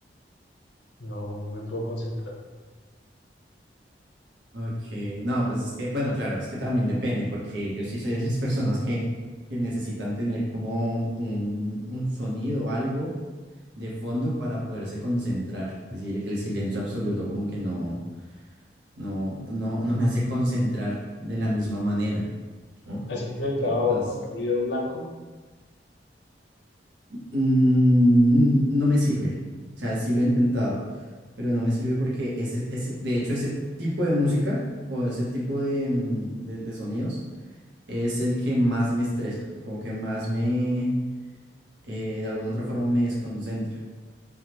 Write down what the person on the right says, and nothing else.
Ok, no, pues es que, bueno, claro, es que también depende, porque yo sí soy de las <laughs> personas que, que necesitan tener como un, un sonido o algo de fondo para poderse concentrar. Es decir, el silencio absoluto como que no, no, no, no me hace concentrar de la misma manera, ¿no?
Entonces,
mm, no me sirve. O sea, sí lo he intentado, pero no me sirve porque ese, ese, de hecho, ese tipo de música o ese tipo de, mm, de de sonidos es el que más me estresa, como que más me, eh, de alguna otra forma me desconcentra.